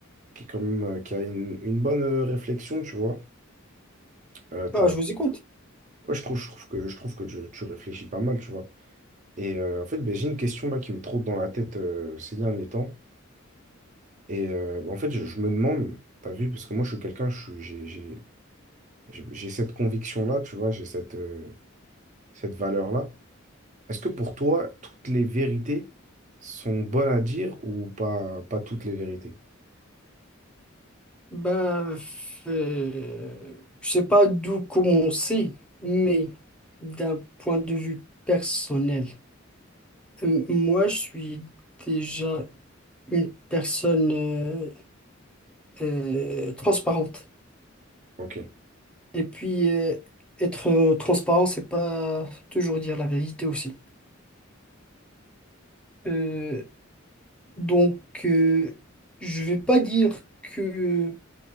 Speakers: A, on the right; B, in the centre.
A: qui, quand même, euh, qui a une, une bonne euh, réflexion, tu vois. Euh, t'as-
B: Ah, je vous écoute.
A: ouais, je trouve, je trouve que, je trouve que tu, tu réfléchis pas mal, tu vois. Et euh, en fait, ben, j'ai une question là qui me trotte dans la tête euh, ces derniers temps. Et euh, bah, en fait, je, je me demande, t'as vu, parce que moi, je suis quelqu'un, je suis- j'ai j'ai- j'ai- j'ai cette conviction-là, tu vois, j'ai cette, euh, cette valeur-là. Est-ce que pour toi, toutes les vérités sont bonnes à dire ou pas, pas toutes les vérités?
B: Bah, euh, je sais pas d'où commencer, mais d'un point de vue personnel, euh, moi, je suis déjà une personne euh, euh, transparente.
A: Ok,
B: Et puis, euh, être euh, transparent, c'est pas toujours dire la vérité aussi. Euh, donc, euh, je vais pas dire que,